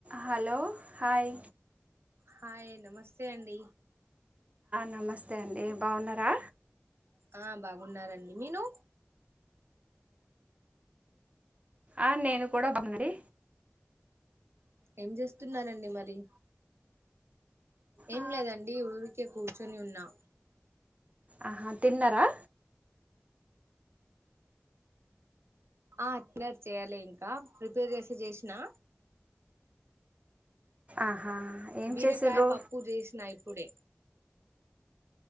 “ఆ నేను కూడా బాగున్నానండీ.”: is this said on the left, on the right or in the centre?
Right